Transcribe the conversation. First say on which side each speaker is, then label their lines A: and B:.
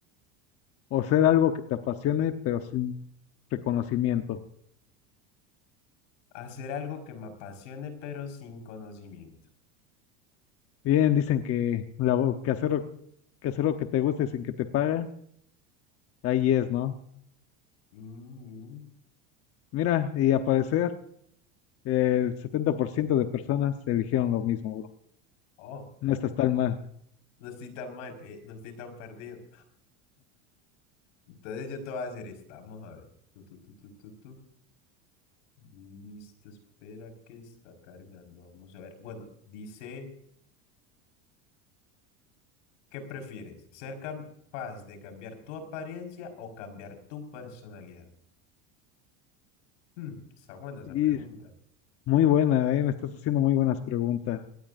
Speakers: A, on the left (about 40°); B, on the left (about 85°).
A: o ser algo que te apasione pero sin reconocimiento?
B: Hacer algo que me apasione, pero sin conocimiento.
A: Bien, dicen que, la, vo- que hacer, lo- que hacer lo que te gusta y sin que te paga, ahí es, ¿no?
B: Mm,
A: Mira, y a parecer el 70% de personas eligieron lo mismo, bro.
B: oh,
A: No estás tan mal.
B: no estoy tan mal, eh, no estoy tan perdido. Entonces yo te voy a hacer esta. Vamos a ver. Tu, tu, tu, tu, tu, tu. Listo, espera que está cargando. Vamos a ver. Bueno, dice, ¿qué prefieres? ¿Ser capaz de cambiar tu apariencia o cambiar tu personalidad? Hmm, está buena esa
A: Y
B: pregunta.
A: muy buena, eh, me estás haciendo muy buenas preguntas.